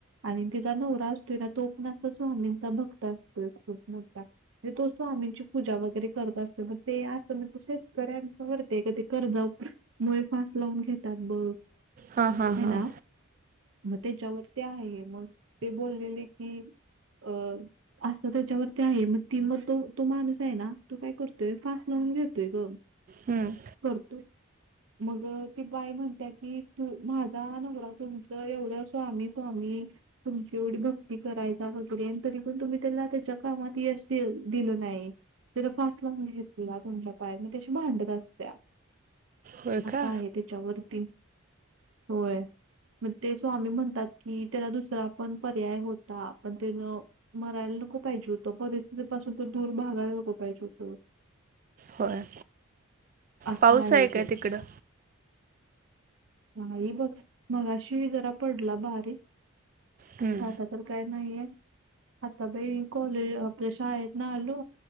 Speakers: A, on the right; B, on the right.
A: आणि तिचा नवरा अस तुला तो पण अस स्वामींचा भक्त असतोय खूप मोठा. म्हणजे तो स्वामींची पूजा वगैरे करत असतोय. मग ते असं म्हणजे शेतकऱ्यांच्या वरती आहे गं. कर्ज मुळे फास लावून घेतात बघ.
B: हां हां
A: हे
B: हां
A: ना. मग त्याच्या वरती आहे. मग ते बोललेले की अ असं त्याच्यावरती आहे. मग ती मग तो तो माणूस आहे ना. तो काय करतोय फास लावून घेतोय ग.
B: हम्म.
A: करतोय. मग ती बाई म्हणत्या की, तू माझा नवरा तुमचं एवढं स्वामी स्वामी तुमची एवढी भक हे करायचा. वगैरे तरी पण तुम्ही त्याला त्याच्या कामात यश दि दिलं नाही. तेन फास लावून घेतला. तुमच्या पाया मगं त्याच्याशी भांडत असत्या.
B: होय
A: असा
B: का?
A: आहे त्याच्या वरती. होय. मग ते स्वामी म्हणतात की, त्याला दुसरा पण पर्याय हो ता. पण तेज मरायला नको पाहिजे होतं. परिस्थिती पासून ते दूर भागायला नको पाहिजे होतं.
B: होय.
A: असं
B: पाऊस
A: आहे ते.
B: काय तिकडं?
A: नाही बघ. मगाशी जरा पडला बारीक.
B: हम्म,
A: आता तर काय नाहीये. आता बाई कॉलेज आपल्या शाळेतन आलो.